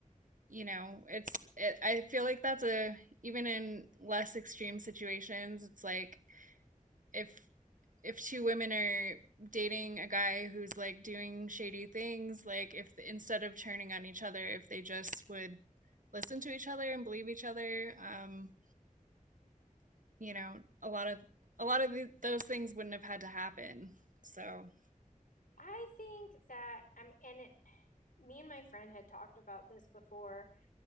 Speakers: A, on the right; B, on the left.
A: you know, it's it, I feel like that's a even in less extreme situations, it's like if if two women are dating a guy who's like doing shady things, like if instead of turning on each other, if they just would listen to each other and believe each other, um, you know, a lot of a lot of the, those things wouldn't have had to happen. So,
B: I think that I'm and it me and my friend had talked about this before.